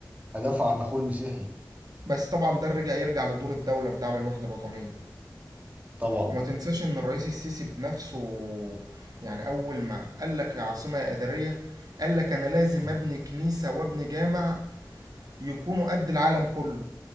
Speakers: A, on the right; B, on the right.
A: هدافع عن اخوه المسيحي
B: بس طبعا ده رجع يرجع لدور الدولة في دعم الوحدة الوطنية
A: طبعا
B: وما تنساش ان الرئيس السيسي بنفسه يعني اول ما قال لك يا عاصمة يا إدارية قال لك انا لازم
A: مم.
B: ابني كنيسة وابني جامع يكونوا قد العالم كله